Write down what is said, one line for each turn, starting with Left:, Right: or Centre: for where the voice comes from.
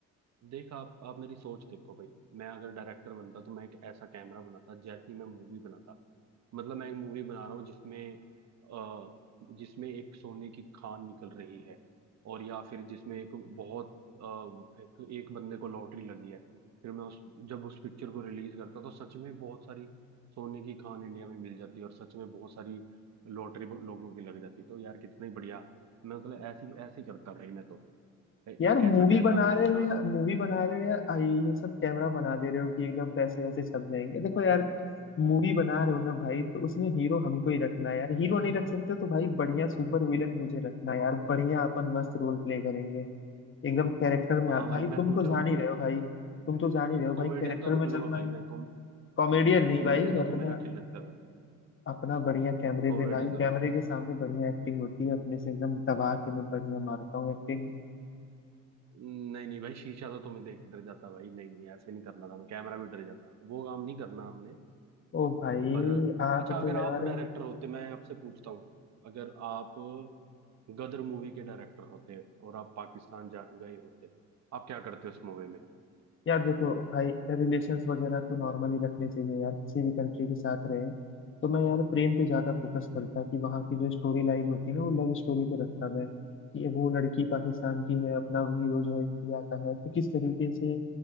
Right: देख आप आप मेरी सोच देखो भाई मैं अगर डायरेक्टर बनता तो मैं एक ऐसा कैमरा बनाता जैसी मैं मूवी बनाता मतलब मैं एक मूवी बना रहा हूँ जिसमें अ जिसमें एक सोने की खान निकल रही है और या फिर जिसमें एक बहुत अ, एक, एक बंदे को लॉटरी लगी है फिर मैं उस जब उस पिक्चर को रिलीज करता तो सच में बहुत सारी सोने की खान इंडिया में मिल जाती है और सच में बहुत सारी लॉटरी लोगों की लग जाती तो यार कितना ही बढ़िया मैं मतलब ऐसी ऐसी करता भाई मैं तो ए,
Left: यार
Right: एक
Left: मूवी
Right: ऐसा कैमरा
Left: बना
Right: मैं
Left: रहे
Right: बना
Left: हो या
Right: लेता
Left: मूवी बना रहे हो या आ, ये ये सब कैमरा बना दे रहे हो कि एकदम पैसे वैसे छप जाएंगे देखो यार मूवी बना रहे हो ना भाई तो उसमें हीरो हमको ही रखना है यार हीरो नहीं रख सकते तो भाई बढ़िया सुपर विलन मुझे रखना है यार बढ़िया अपन मस्त रोल प्ले करेंगे एकदम कैरेक्टर में
Right: हाँ
Left: आ
Right: भाई
Left: भाई
Right: मैं
Left: तुम
Right: सोच
Left: तो
Right: रहा
Left: जान
Right: हूँ कि
Left: ही रहे हो भाई तुम तो जान ही रहे हो भाई
Right: कॉमेडियन
Left: कैरेक्टर
Right: तो रख
Left: में जब
Right: लूंगा
Left: मैं
Right: भाई मैं
Left: कॉमेडियन नहीं
Right: कॉमेडियन
Left: भाई
Right: तो
Left: अपना
Right: तुम्हें रख ही लेता है
Left: अपना बढ़िया कैमरे
Right: कॉमेडियन
Left: में भाई
Right: तो
Left: कैमरे के सामने बढ़िया एक्टिंग होती है अपने से एकदम दबा के मैं बढ़िया मारता हूँ एक्टिंग
Right: नहीं नहीं भाई शीशा तो तुम्हें देख के डर जाता भाई नहीं नहीं ऐसे नहीं करना था मैं कैमरा भी डर जाता वो काम नहीं करना हमने
Left: ओ भाई
Right: पर
Left: आप
Right: अच्छा अगर
Left: तो यार
Right: आप डायरेक्टर होते मैं आपसे पूछता हूँ अगर आप गदर मूवी के डायरेक्टर होते और आप पाकिस्तान जा गए होते आप क्या करते उस मूवी में
Left: यार देखो भाई रिलेशंस वगैरह तो नॉर्मली रखने चाहिए यार किसी भी कंट्री के साथ रहे तो मैं यार प्रेम पे ज्यादा फोकस करता कि वहाँ की जो स्टोरी लाइन होती है ना वो लव स्टोरी पे रखता मैं कि वो लड़की पाकिस्तान की है अपना हीरो जो है इंडिया का है तो किस तरीके से